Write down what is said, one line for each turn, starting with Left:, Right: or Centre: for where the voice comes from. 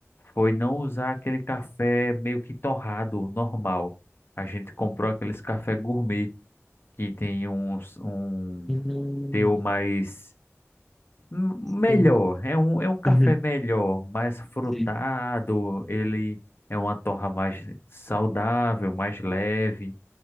Left: foi não usar aquele café meio que torrado, normal. A gente comprou aqueles café gourmet que tem uns, um
Centre: uhum,
Left: teu mais m- melhor,
Centre: uhum,
Left: é um, é um café
Centre: uhum,
Left: melhor, mais frutado,
Centre: sim.
Left: ele é uma torra mais saudável, mais leve,